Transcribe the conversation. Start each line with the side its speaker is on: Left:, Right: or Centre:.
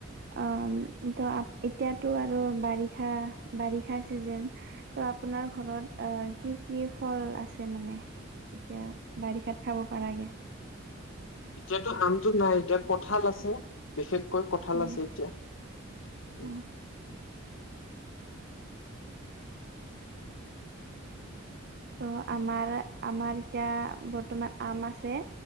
Right: অহ, ত'এতিয়াতো আৰু বাৰিষা- বাৰিষা চিজেন ত' আপোনাৰ ঘৰত অ' কি- কি ফল আছে মানে? এতিয়া বাৰিষাত খাব পাৰাকে।
Left: এতিয়াতো আমটো নাই এতিয়া কঁঠাল আছে বিশেষকৈ কঁঠাল
Right: হয়
Left: আছে এতিয়া। উম,
Right: অ ত' আমাৰ -আমাৰ এতিয়া বৰ্তমান আম আছে।